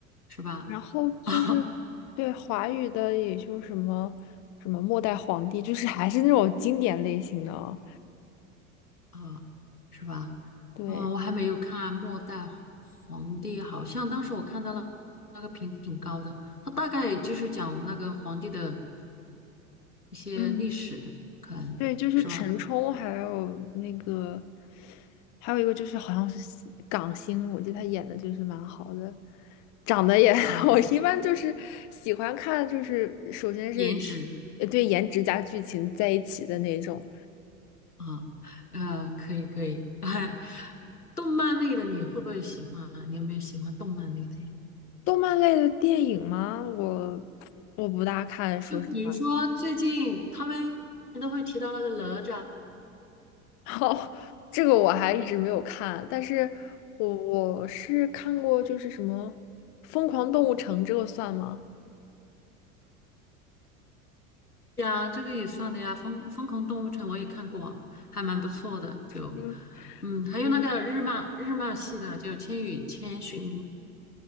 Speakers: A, on the left (about 90°); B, on the left (about 40°).
A: 是吧？
B: 然后就是对华语的，
A: <laughs> 啊。
B: 也就什么什么末代皇帝，就是还是那种经典类型的哦。
A: 啊，是吧？
B: 对，
A: 啊，我还没有看《末代皇帝》，好像当时我看到了那个评分挺高的，它大概就是讲那个皇帝的一些历史，
B: 嗯，
A: 可能是吧？
B: 对，就是陈冲，还有那个，还有一个就是好像是港星，我记得他演的就是蛮好的，长得也，
A: 哦，
B: <laughs> 我一般就是喜欢看，就是首先是
A: 颜值
B: 呃对颜值加剧情在一起的那种
A: 啊，呃，可以可以，<laughs> 哎，动漫类的你会不会喜欢啊？你有没有喜欢动漫类的呀？
B: 动漫类的电影吗？我我不大看，说实话。
A: 就比如说最近他们都会提到那个哪吒，
B: 哦，这个我还一直没有看，但是我我是看过，就是什么《疯狂动物城》，这个算吗？
A: 呀，这个也算的呀，疯疯狂动物城我也看过，还蛮不错的。就，
B: 嗯，
A: 嗯，还有那个日漫日漫系的，
B: 嗯，
A: 就《千与千寻》，